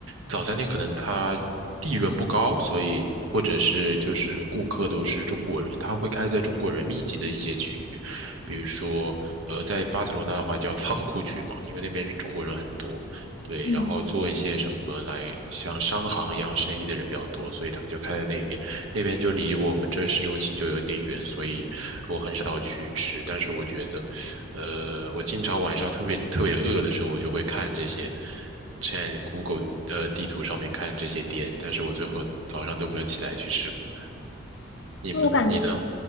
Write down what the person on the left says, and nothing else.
嗯，
那我感觉。